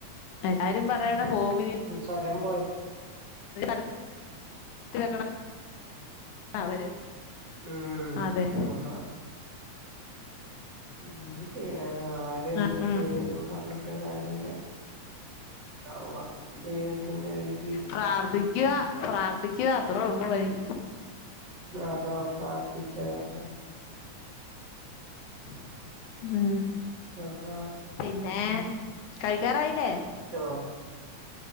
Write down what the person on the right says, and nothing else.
ചൊരം പോയപ്പോ
ഉം
അതാ എന്ത് ചെയ്യാന ആര് എന്ത്
<unintelligible> പറഞ്ഞിട്ട് കാര്യില്ല. അള്ള ദൈവത്തിന്റെ വിധി.
അതാ പ്രാർത്ഥിക്കുക ഹം
അതാ
ഓ